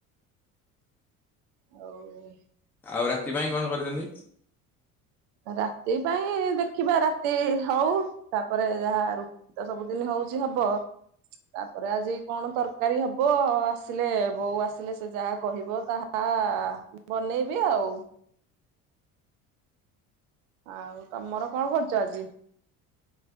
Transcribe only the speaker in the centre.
ଆଉ ରାତି ପାଇଁପାଇଂ କଣ କରିଛନ୍ତି?